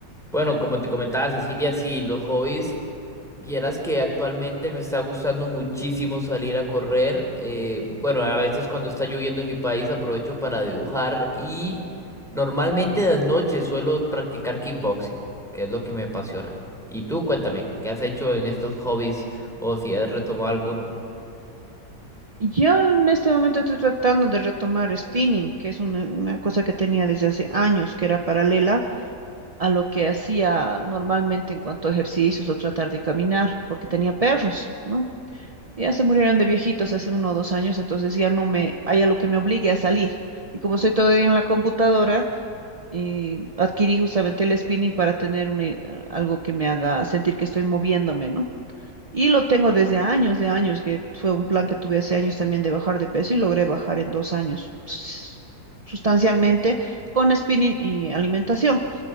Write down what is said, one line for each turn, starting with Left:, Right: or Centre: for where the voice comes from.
Centre: Bueno, como te comentaba Cecilia, sí, los hobbies, vieras que actualmente me está gustando muchísimo salir a correr. eh, bueno, a veces cuando está lloviendo en mi país aprovecho para dibujar y normalmente de noche suelo practicar kickboxing, que es lo que me apasiona. Y tú, cuéntame, ¿qué has hecho en estos hobbies o si has retomado alguno?
Right: Yo en este momento estoy tratando de retomar spinning, que es una, una cosa que tenía desde hace años, que era paralela a lo que hacía normalmente en cuanto a ejercicios o tratar de caminar, porque tenía perros, ¿no? Ya se murieron de viejitos hace uno o dos años, entonces ya no me, hay algo que me obligue a salir. Y como soy todavía en la computadora, eh, adquirí justamente el spinning para tener una- algo que me haga sentir que estoy moviéndome, ¿no? Y lo tengo desde años, de años, que fue un plan que tuve hace años también de bajar de peso y logré bajar en dos años sus- sustancialmente con spinning y alimentación.